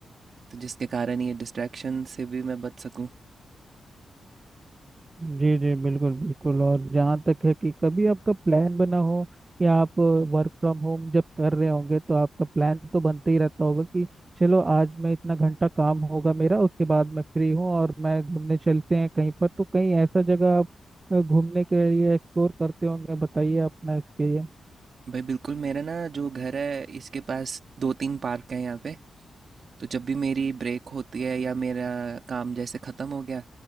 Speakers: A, on the right; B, on the right.
A: तो जिसके कारण ये डिस्ट्रैक्शन से भी मैं बच सकूँ
B: जी जी बिल्कुल बिल्कुल और जहाँ तक है कि कभी आपका प्लान बना हो कि आप वर्क फ्रॉम होम जब कर रहे होंगे तो आपका प्लान तो बनते ही रहता होगा कि चलो आज मैं इतना घंटा काम होगा मेरा उसके बाद मैं फ्री हूँ और मैं घूमने चलते हैं कहीं पर तो कहीं ऐसा जगह आप अ, घूमने के लिए एक्सप्लोर करते होंगे बताइए अपना एक्सपीरियंस
A: भाई बिल्कुल मेरा ना जो घर है इसके पास दो तीन पार्क हैं यहाँ पे तो जब भी मेरी ब्रेक होती है या मेरा काम जैसे ख़त्म हो गया